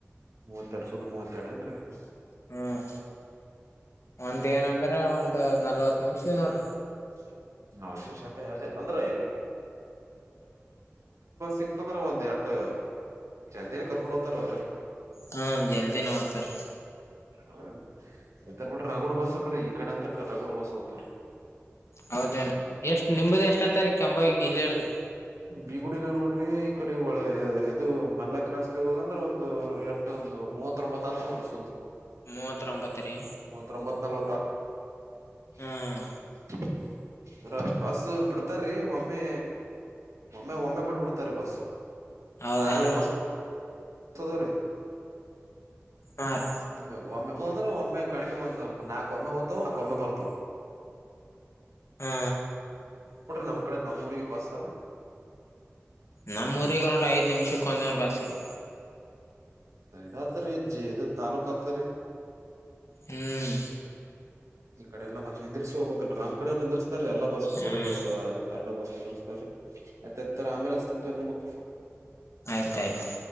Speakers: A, on the right (about 85°); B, on the left (about 65°).
A: ಮೂವತ್ತೆರಡು ಸೌದ ಮೂವತ್ತೆರಡು ಏನ್ರಿ ಹ
B: ಹ್ಮ್ ಒಂದ್ ಏನಂದ್ರ ಒಂದ್ ನಲ್ವತ್ ನಿಮಿಷ
A: ಅ
B: ನೋಡ್ರಿ
A: <unintelligible> ನಾ ಟ್ಟ ಅ ಅಂದ್ರ. ಸಿಕ್ತಂದ್ರ ಒಂದ್ ಎಟ ಜಲ್ದಿನೇ ಕರ್ಕೊಂಡ್ ಹೋಗ್ತಾರ ಅವ್ರ
B: ಹಾ ಜಲ್ದಿ ಹೋಗ್ತಾರೆ.
A: ಹೌ. ಆ್ತ ಬಿಟ್ರೆ ರಾಗೋಡ್ ಬಸ್ ಅ ಕಡೆ ಈ ಕಡೆ ಅಂತ ಕ ರಗೋಡ್ ಬಸ್ ಹತ
B: ಹೌದೇನ್ ಎಷ್ಟ್ ನಿಮ್ದ ಎಷ್ಟ್ ಆತಾರಿ ಕೆಂಬಾವಿಗ್ ಇಲ್ಲಿ ಹಿಡ್ದ
A: ಬೀಗಡಲ್ಲ ನೋಡ್ರಿ ಈ ಕಡೆ. ಇದು ಮಲ್ಲ ಕ್ರಾಸ್ಲ್ಲಿ ಹೋದ ಅಂದ್ರೆ ಒಂದು ಎಟ ಒಂದು. ಮೂವತ್ತೊಂಬತ್ತು ಹತ್ತು.
B: ಮೂವತ್ತೊಂಬತ್ತ ರೀ
A: ಮೂವತ್ತೊಂಬತ್ ಅಲ್ವಾ. <unintelligible>
B: ಹ್ಮ್
A: ಹ್ಮ ಇರ ಬಸ್ ಬಿಡ್ತಾರೀ ಒಮ್ಮೆ ಒಮ್ಮೆ ಒಮ್ಮೆ ಬಿಟ್ಟ ಬಿಡ್ತಾರ ಬಸ್
B: ಹೌದೇನ್
A: ಆರೋಳ್ ಬಸ್. ತೊದರಿ.
B: ಹಾ ರೀ
A: ಒಮ್ಮೆ ಒಮ್ಮೆ ಹಂದ್ರೆ ಒಮ್ಮೆ ಕಡಿಿನ ಒಂದ ನಾಕ್. ಕಮೆ ಹೊತ ನ ಕಮೆ ಬರ್ತ.
B: ಹಾ
A: ನಮ್ ಕಡೆ ನಮ್ಮೂರಿಗೆ ಬಸ್
B: ನಮ್ಮ ೂರಿಗ ನೋಡಿ ಐದ್ ನಿಮಿಷಕ್ಕೆ ಒಂದ ಬಸ್್ರಿ.
A: ಇತ್ರಿೀ ಜದು ತಾಲ್ಲೂಕ ಆಗ್ತರಿೀ.
B: ಹ್ಮ್.
A: ಈ ಕಡೆ ಎಲ್ಲಾ ಮತ್ ನಿಂದಿರ್ಸಿ ಹೋಗ್ಬೇಕಲರೀ ನಮ್ ಕಡೆ ನಿಂದಿರ್ಸ್ತಾರಿ ಎಲ್ಲಾ ಬಸ್ ಹುಬ್ಬಳಿ
B: ಹ್ಮ್
A: ಬಸ್, ಎಲ್ಲಾ ಬಸ್ ನಿಂದ್ರಿಸ್ತಾರಿ, ಮತ್ತತ ಆಮೇಲೆ ಹಚ್ಚತನ ತೊಗೋರಿ.
B: ಆಯ್ತಾಯ್ತು